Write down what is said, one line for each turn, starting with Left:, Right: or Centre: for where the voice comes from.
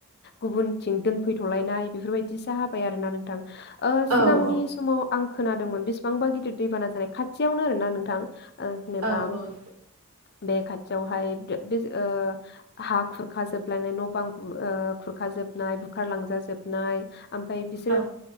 Left: गुबुनथिं दोनफैथ'लायनाय बेफोरबायदि जाबाय आरो ना नोंथां <inaudible> ओ
Right: औ
Left: सिगांनि
Right: औ
Left: समाव आं खोनादोंमोन बेसेबांबा गिदिर दैबाना जानाय खाथियावनो आरो ना नोंथां जेनेबा
Right: औ औ
Left: बे खाथियावहाय बे ओ हा खुरखा जोबलायनाय न' बां ओ खुरखा जोबनाय बुखार लांजाजोबनाय ओमफाय बिसोरो
Right: औ